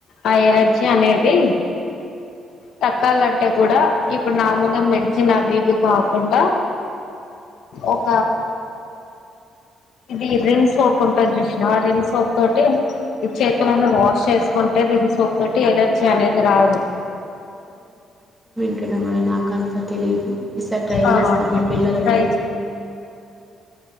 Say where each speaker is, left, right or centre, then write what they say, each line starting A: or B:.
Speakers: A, on the left (about 75°); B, in the centre.
A: ఆ ఎలర్జీ అనేది తగ్గాలంటే కూడా ఇప్పుడు నార్మల్ గా మెడిసిన్ అవి ఇవి కాకుండా ఒక ఇది రిన్ సోప్ ఉంటంది చూసినావా రిన్ సోప్ తోటి ఈ చేతులను
B: అవును మేడం
A: వాష్ చేసుకుంటే రిన్ సోప్ తోటి ఎలర్జీ అనేది రాదు
B: ఎక్కడపోయినా కంతా తెలీదు ఈసారి ట్రై
A: ఆ
B: చేస్తాం మా పిల్లల
A: ట్రై
B: మీద